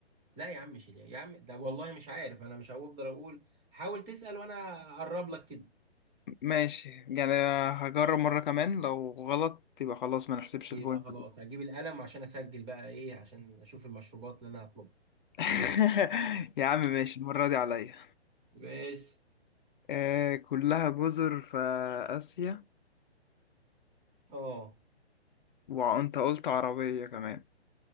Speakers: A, on the right; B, on the left.
A: لا يا عم مش اليمن يا عم ده والله مش عارف انا مش هفضل اقول حاول تسأل وانا اقرب لك كده
B: ماشي يعني هجرب مرة كمان لو غلط يبقى خلاص ما نحسبش
A: يبقى
B: البوينت
A: خلاص هجيب القلم عشان اسجل بقى ايه عشان اشوف المشروبات اللي انا هطلبها
B: <laughs> يا عم ماشي المرة دي عليا
A: ماشي
B: آه كلها جزر في آسيا
A: اه
B: وانت قلت عربية كمان